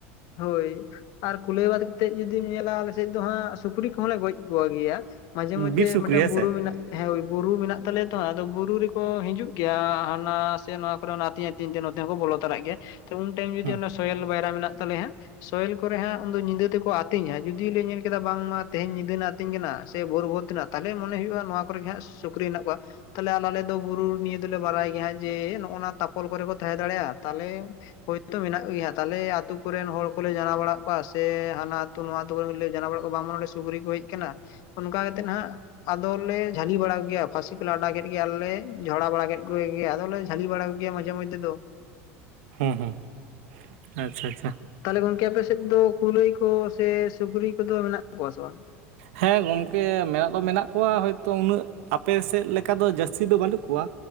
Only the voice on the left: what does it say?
ᱦᱳᱭ ᱟᱨ ᱠᱩᱞᱟᱹᱭᱣ ᱵᱟᱫ ᱠᱟᱛᱮᱫ ᱡᱩᱫᱤᱢ ᱧᱮᱞᱟ ᱟᱞᱮ ᱥᱮᱡ ᱫᱚ ᱦᱟᱸᱜ ᱥᱩᱠᱨᱤ ᱠᱚᱦᱚᱸᱞᱮ ᱜᱚᱡ ᱠᱚ ᱜᱮᱭᱟ᱾ ᱢᱟᱡᱷᱮ ᱢᱚᱫᱫᱷᱮ
ᱢᱤᱫᱴᱟᱝ
ᱵᱩᱨᱩ
ᱢᱮᱱᱟᱜᱼᱟ ᱦᱮᱸ ᱦᱳᱭ ᱵᱩᱨᱩ ᱢᱮᱱᱟᱜ ᱛᱟᱞᱮᱭᱟ ᱛᱚ ᱟᱫᱚ ᱵᱩᱨᱩ ᱨᱮᱠᱚ ᱦᱤᱡᱩᱜ ᱜᱮᱭᱟ ᱦᱟᱱᱟ ᱥᱮ ᱱᱚᱣᱟ ᱚᱱᱟ ᱟᱛᱤᱧ ᱟᱛᱤᱧ ᱛᱮ ᱱᱚᱛᱮ ᱦᱚᱸᱠᱚ ᱵᱚᱞᱚ ᱛᱚᱨᱟᱜ ᱜᱮᱭᱟ᱾ ᱛᱚ ᱩᱱ ᱴᱟᱭᱤᱢ ᱡᱩᱫᱤ
ᱚᱱᱟ ᱥᱭᱮᱞ ᱵᱟᱭᱨᱟ ᱢᱮᱱᱟᱜ ᱛᱟᱞᱮᱭᱟ ᱦᱟᱸᱜ ᱥᱚᱭᱮᱞ ᱠᱚᱨᱮ ᱦᱟᱸᱜ ᱩᱱᱠᱩ ᱧᱤᱫᱟᱹ ᱛᱮᱠᱚ ᱟᱛ ᱟᱛᱤᱧ ᱦᱟ ᱡᱩᱫᱤ ᱞᱮ ᱧᱮᱞ ᱠᱮᱫᱟ ᱵᱟᱝᱢᱟ ᱛᱮᱦᱮᱧ ᱧᱤᱫᱟᱹ ᱨᱮᱱᱟᱜ ᱟᱹᱛᱤᱧ ᱠᱟᱱᱟ ᱥᱮ ᱵᱷᱳᱨ ᱵᱷᱳᱨ ᱛᱮᱱᱟᱜ ᱛᱟᱦᱚᱞᱮ ᱢᱚᱱᱮ ᱦᱩᱭᱩᱜᱼᱟ ᱱᱚᱣᱟ ᱠᱚᱨᱮᱜ ᱜᱮ ᱦᱟᱸᱜ ᱥᱩᱠᱨᱤ ᱦᱮᱱᱟᱜ ᱠᱚᱣᱟ᱾ ᱛᱟᱦᱞᱮ ᱟᱞᱮ ᱫᱚ ᱵᱩᱨᱩ ᱱᱤᱭᱟᱹ ᱫᱚᱞᱮ ᱵᱟᱲᱟᱭ ᱜᱮᱭᱟ ᱦᱟᱸᱜ ᱡᱮ ᱱᱚᱜᱼᱚ ᱱᱟᱣᱟ ᱛᱟᱯᱚᱞ ᱠᱚᱨᱮ ᱠᱚ ᱛᱟᱦᱮᱸ ᱫᱟᱲᱮᱭᱟᱜᱼᱟ᱾ ᱛᱟᱦᱚᱞᱮ ᱦᱳᱭᱛᱳ ᱢᱮᱱᱟᱜ ᱠᱚ ᱜᱮᱭᱟ ᱛᱟᱦᱚᱞᱮ ᱟᱛᱩ ᱠᱚᱨᱮᱱ ᱦᱚᱲ ᱠᱚᱞᱮ ᱡᱟᱱᱟᱣ ᱵᱟᱲᱟᱣᱟᱜ ᱠᱚᱣᱟ ᱥᱮ ᱦᱟᱱᱟ ᱟᱹᱛᱩ ᱱᱚᱣᱟ ᱟᱹᱛᱩ ᱠᱚᱨᱮᱱ ᱞᱮ ᱡᱟᱱᱟᱣ ᱵᱟᱲᱟᱜ ᱠᱚᱣᱟ ᱵᱟᱝᱢᱟ ᱱᱚᱰᱮ ᱥᱩᱨᱤ ᱠᱚ ᱦᱮᱡ ᱟᱠᱟᱱᱟ᱾ ᱚᱱᱠᱟ ᱠᱟᱛᱮᱫ ᱦᱟᱸᱜ ᱟᱫᱚᱞᱮ ᱡᱷᱟᱹᱞᱤ ᱵᱟᱲᱟᱠᱚᱜᱮᱭᱟ ᱯᱟᱹᱥᱤ ᱠᱚᱞᱮ ᱟᱰᱟᱣ ᱠᱮᱫ ᱜᱮ ᱟᱨᱞᱮ ᱡᱷᱚᱲᱟ ᱵᱟᱲᱟ ᱠᱮᱫ ᱠᱚᱜᱮᱭᱟ ᱟᱫᱚᱞᱮ ᱡᱷᱟᱹᱞᱤ ᱵᱟᱲᱟ ᱠᱚᱜᱮᱭᱟ ᱢᱟᱡᱷᱮ ᱢᱚᱫᱽᱫᱷᱮ ᱫᱚ᱾
ᱛᱟᱦᱞᱮ ᱜᱚᱝᱠᱮ ᱟᱯᱮ ᱥᱮᱫ ᱫᱚ ᱠᱩᱞᱟᱹᱭ ᱠᱚ ᱥᱮ ᱥᱩᱠᱨᱤ ᱠᱚᱫᱚ ᱢᱮᱱᱟᱜ ᱠᱚᱣᱟ ᱥᱮ ᱵᱟᱝ?